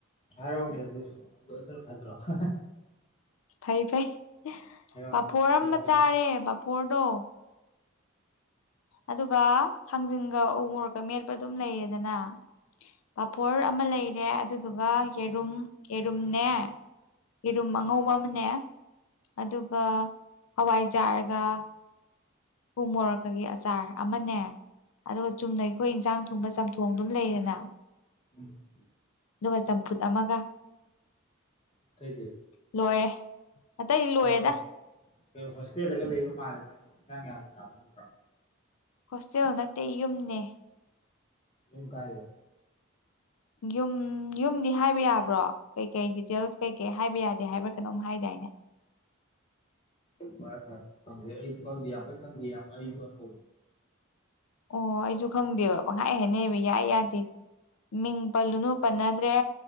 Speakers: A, on the left (about 25°); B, on the left (about 80°).
A: ꯍꯥꯏꯔꯥꯎꯅꯦ ꯑꯗꯨꯏꯁꯨ ꯑꯗꯨ ꯑꯗꯨꯅ ꯐꯠꯇ꯭ꯔꯣ ꯍꯥ ꯍꯥ
B: ꯐꯩ ꯐꯩ
A: ꯍꯥꯏꯔꯛꯎꯅꯦ
B: ꯐꯥꯐꯣꯔ
A: ꯀꯩ
B: ꯑꯃ
A: ꯀꯩ
B: ꯆꯥꯔꯦ
A: ꯃ
B: ꯐꯐꯣꯔꯗꯣ ꯑꯗꯨꯒ ꯊꯥꯡꯖꯤꯡꯒ ꯎꯨ ꯃꯨꯔꯣꯛꯀ ꯃꯦꯠꯄ ꯑꯗꯨꯝ ꯂꯩꯔꯦꯗꯅ ꯄꯐꯣꯔ ꯑꯃ ꯂꯩꯔꯦ ꯑꯗꯨꯗꯨꯒ ꯌꯦꯔꯨꯝ ꯌꯦꯔꯨꯝꯅꯦ ꯌꯦꯔꯨꯝ ꯑꯉꯧꯕ ꯑꯃꯅꯦ ꯑꯗꯨꯒ ꯍꯋꯥꯏꯖꯥꯔꯒ ꯎꯨ ꯃꯣꯔꯣꯛꯀꯒꯤ ꯑꯆꯥꯔ ꯑꯃꯅꯦ ꯑꯗꯨꯒ ꯆꯨꯝꯅ ꯑꯩꯈꯣꯏ ꯏꯟꯁꯥꯡ ꯊꯣꯡꯕ ꯆꯝꯊꯣꯡꯗꯨꯝ ꯂꯩꯔꯦꯅ
A: ꯎꯝ <inaudible>
B: ꯑꯗꯨꯒ ꯆꯝꯐꯨꯠ ꯑꯃꯒ
A: ꯑꯇꯩꯗꯤ
B: ꯂꯣꯏꯔꯦ ꯑꯇꯩꯗꯤ ꯂꯣꯏꯔꯦꯗ
A: ꯀꯩꯅꯣ ꯀꯩꯅꯣ ꯍꯣꯁꯇꯦꯜꯗꯒ ꯂꯩꯕ ꯃꯥꯜꯂꯦ ꯅꯪ ꯏꯟꯁꯥꯡ ꯌꯥꯝ ꯌꯥꯝꯃꯟꯕ꯭ꯔꯣ
B: ꯍꯣꯁꯇꯦꯜ ꯅꯠꯇꯦ ꯌꯨꯝꯅꯦ
A: ꯌꯨꯝ ꯀꯥꯏꯗ
B: ꯌꯨꯝ ꯌꯨꯝꯗꯤ ꯍꯥꯏꯕ ꯌꯥꯕ꯭ꯔꯣ ꯀꯩ ꯀꯩ ꯗꯤꯇꯦꯜꯁ ꯀꯩ ꯀꯩ ꯍꯥꯏꯕ ꯌꯥꯗꯦ ꯍꯥꯏꯕ꯭ꯔꯥ ꯀꯩꯅꯣꯝ ꯍꯥꯏꯗꯥꯏꯅꯦ
A: ꯐꯔꯦ ꯐꯔꯦ ꯈꯪꯗꯦ ꯑꯩꯁꯨ ꯈꯪꯗꯦ ꯌꯥꯝ ꯀꯟꯅ ꯈꯪꯗꯦ ꯌꯥꯝ ꯑꯩꯁꯨ ꯑꯅꯧ
B: ꯑꯣ ꯑꯩꯁꯨ ꯈꯪꯗꯦꯕ ꯄꯪꯍꯥꯏ ꯍꯥꯏꯅꯩꯑꯕ ꯌꯥꯏ ꯌꯥꯗꯦ ꯃꯤꯡ ꯄꯜꯂꯨꯅꯨ ꯄꯟꯅꯗ꯭ꯔꯦ